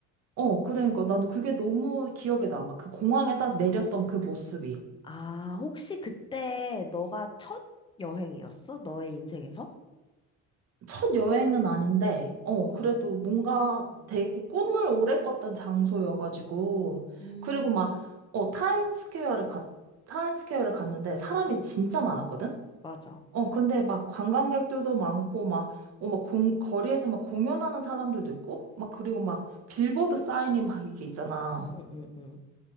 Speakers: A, on the right; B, on the left.
A: 어, 그러니까 나도 그게 너무 기억에 남아. 그 공항에 딱 내렸던 그 모습이.
B: 아, 혹시 그때 너가 첫 여행이었어? 너의 인생에서?
A: 첫 여행은 아닌데, 어,
B: 아,
A: 그래도 뭔가
B: 음,
A: 되게 꿈을 오래 꿨던 장소여가지고,
B: 음,
A: 그리고 막, 어, 타임스퀘어를 갔, 타임스퀘어를 갔는데 사람이
B: 음,
A: 진짜 많았거든?
B: 맞아.
A: 어, 근데 막 관광객들도 많고, 막, 어, 막 공, 거리에서 막 공연하는 사람들도 있고, 막, 그리고 막 빌보드 사인이 막 이렇게 있잖아.
B: 응, 응, 응.